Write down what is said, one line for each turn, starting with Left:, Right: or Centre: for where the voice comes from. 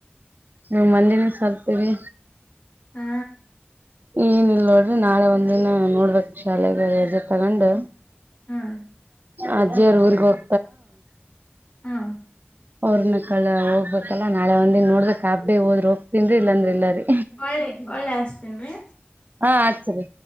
Right: ನ ಮನಿನ ಸರ್ತೀವಿ
Left: ಹ್ಮ್
Right: ಏನ ಇಲ್ ನೋಡ್ರಿ ನಾಳೆ ಒಂದಿನ ನೋಡ್ಬೇಕ ಶಾಲೆಗೆ ರಜೆ ತಗೊಂಡ್
Left: ಹ್ಮ್
Right: ಅಜ್ಜಿಯ್ರ ಊರಿಗೆಗ ಹೋಗ
Left: ಹಾ
Right: ಅವ್ರನ ಕಳ ಹೋಗ್ಬೇಕಲ್ಲ ನಾಳೆ ಒಂದಿನ್ ನೋಡ್ದೆಾಬಡಿ ಹೋದ್ರ ಹೋಗ್ತೀನ್ರಿ ಇಲ್ಲಾಂದ್ರಿ ಇಲ್ಲರರಿ
Left: ಒಳ್ಳೆ ಒಳ್ಳೆ ಹಸ್ತೇನ್ರೀ
Right: ಹಾ ಅ ಸರಿ